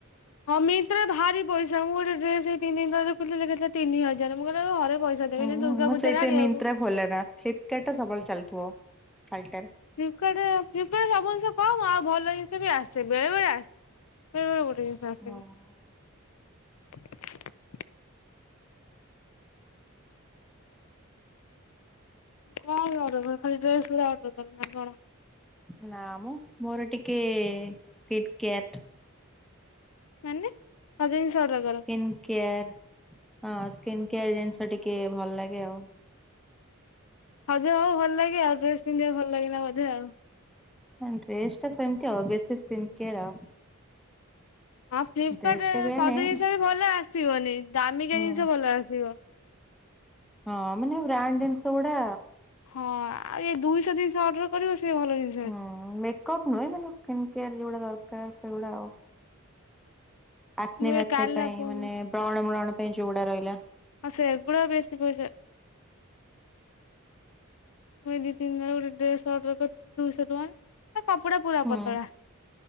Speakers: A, on the left; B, in the centre.
A: ହଁ, ମିିନ୍ତ୍ରା ଭାରି ପଇସା ମୁଁ ଗୋଟେ ଡେସ ଏଇ ତିନି ଦିନ ତଳେ ଦେଖିଥିଲି, କେତେ ତିନି ହଜାର ମୁଁ କହିଲି ଘରେ ପଇସା ଦେବିନି
B: ହୁଁ
A: ଦୁର୍ଗା
B: ମୁଁ
A: ପୂଜାରେ
B: ସେଇଥିପାଇଁ
A: ଆଣିବାକୁ।
B: ମିନ୍ତ୍ରା ଖୋଲେନା, ଫ୍ଲିପକାର୍ଟଟା ସବୁବେଳେ ଚାଲିଥିବ ଖାଲଟାରେ।
A: ଫ୍ଲିପକାର୍ଟ ରେ ଫ୍ଲିପକାର୍ଟରେ ସବୁ ଜିନିଷ କମ, ଆଉ ଭଲ ଜିନିଷ ବି ଆସେ। ବେଳେ, ବେଳେ ଆସେ ବେଳେବେଳେ ଭଲ ଡ୍ରେସ ଆସେନି।
B: ହଁ।
A: <inaudible> କଣ ଅର୍ଡର କରିବ ଖାଲି ଡ୍ରେସ ଗୁରା ଅର୍ଡର କରେ ନା କଣ?
B: ନା ମ ମୋର ଟିକେ ସ୍କିନ୍ କେୟାର୍ଟ।
A: ମାନେ ସଜ ଜିନିଷ ଅର୍ଡର କର?
B: ସ୍କିନ୍ କେୟାର ହଁ, ସ୍କିନ୍ କେୟାର ଜିନିଷ ଟିକେ ଭଲ ଲାଗେ ଆଉ।
A: ସଜ ହବାକୁ ଭଲ ଲାଗେ ଆଉ, ଡ୍ରେସ ପିନ୍ଧିବା କୁ ଭଲ ଲାଗେନା ବୋଧେ ଆଉ।
B: ହଁ ଡ୍ରେସ ଟା ସେମତି ଆଉ, ବେସି ସ୍କିନ କେୟାର ଆଉ।
A: ହଁ ଫ୍ଲିପକାର୍ଟ
B: ଡ୍ରେସ ଟା
A: ରେ
B: ବି ଆଣେ
A: ସବୁ ଜିନିଷ ବି ଭଲ ଆସିବନି, ଦାମିକା
B: ହୁଁ
A: ଜିନିଷ ଭଲ ଆସିବ।
B: ହଁ ମାନେ ବ୍ରାଣ୍ଡ ଜିନିଷ ଗୁଡା।
A: ହଁ, ଆ ଏଇ ଦୁଇଶହ, ତିନିଷ ଅର୍ଡର କରିବ ସେ ଭଲ ଜିନିଷ
B: ହୁଁ,
A: ଆସିବ।
B: ମେକଅପ୍ ନୁହେଁ ମାନେ ସ୍କିନ୍ କେୟାର ଯଉଗୁଡାକ ଦରକାର ସେଗୁଡା ଆଉ। ଆକ୍ନେ,
A: ମୁଁ
B: ମାକ୍ନେ
A: ଏ କାଲା
B: ପାଇଁ
A: ଆଉ
B: ମାନେ ବ୍ରଣ ବ୍ରଣ ପାଇଁ ଯୋଉଗୁଡା ରହିଲା।
A: ହିଁ ସେଗୁଡ଼ା ବେଶୀ ପଇସା। ମୁଁ ଏଇ ଦି, ତିନି ରେ ମୁଁ ଗୋଟେ ଡ୍ରେସ ଅର୍ଡର କରିଥିଲି ଦୁଇଶହ ଟଙ୍କା ଆଉ କପଡା ପୁରା
B: ହୁଁ
A: ପତଳା।